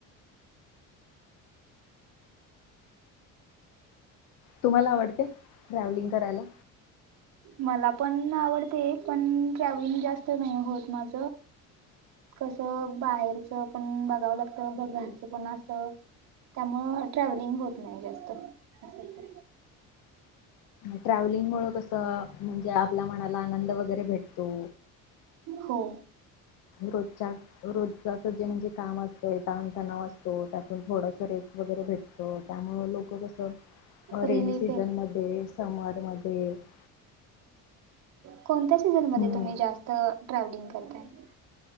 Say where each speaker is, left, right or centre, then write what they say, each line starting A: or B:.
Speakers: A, on the left; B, on the right.
A: तुम्हाला आवडते ट्रॅव्हलिंग करायला
B: मला पण आवडते पण ट्रॅव्हलिंग जास्त नाही होत माझ कसं बाहेरचं पण बघावं लागतं घरचं पण असत त्यामुळं ट्रॅव्हलिंग होत नाही जास्त असं
A: ट्रॅव्हलिंग मुळून कसं म्हणजे आपल्या मनाला आनंद वगैरे भेटतो
B: हो
A: रोजच्या रोज अस जे म्हणजे कामचमचा ताण ताना तो <unintelligible> थोडस रेट वगैरे भेटत त्यामुळे लोक कस
B: रिलीफ
A: रेनी सीझन
B: येत
A: मध्ये समर मधे -
B: कोणत्या सीझन मधे
A: हम्म
B: तुम्ही जास्त ट्रॅव्हलिंग करता? ते